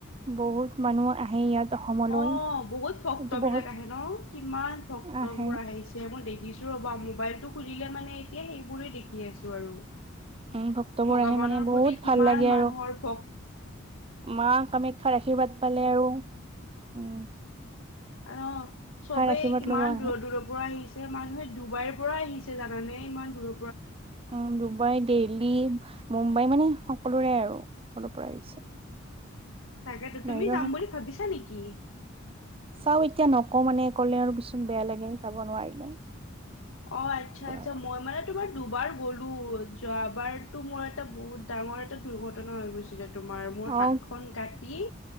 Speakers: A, on the right; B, on the left.
A: বহুত মানুহ আহে ইয়াত অসমলৈ
B: অ বহুত ভক্ত
A: এইটো
B: বিলাক
A: বহুত
B: আহে ন কিমান ভক্ত
A: আহে
B: বোৰ আহিছে মই দেখিছো ৰ'বা মোবাইলতটো খুলিলে মানে এতিয়া সেইবোৰেই দেখি আছো আৰু
A: উম ভক্তবোৰ
B: ভগৱানৰ
A: আহে মানে বহুত
B: প্ৰতি কিমান
A: ভাল লাগে
B: মানুহৰ
A: আৰু
B: ভ
A: মা কামাখ্যাৰ আশীৰ্বাদ পালে আৰু উ
B: অ চবেই
A: আশীৰ্বাদ
B: কিমান
A: ল'ব আহে
B: দূৰৰ দূৰৰ পৰা আহিছে মানুহে ডুবাইৰ পৰা আহিছে জান মানেই ইমান দূৰ
A: উম ডুবাই দেল্হি মুম্বাই মানে সকলোৰে আৰু অলৰ পৰা আহিছে
B: তাকেতো তুমি
A: বাহিৰৰ
B: যাম বুলি ভাবিছা নেকি
A: চাও এতিয়া নকওঁ মানে কলে আৰু পিছত বেয়া লাগে যাব নোৱাৰিলে।
B: অ আচ্ছা-
A: অ,
B: আচ্ছা মই মানে তোমাৰ দুবাৰ গ'লো যোৱাবাৰতো মোৰ এটা বহুত ডাঙৰ এটা দুৰ্ঘটনা হৈ গৈছিলে। তোমাৰ মোৰ
A: অ,
B: হাত খন কাটি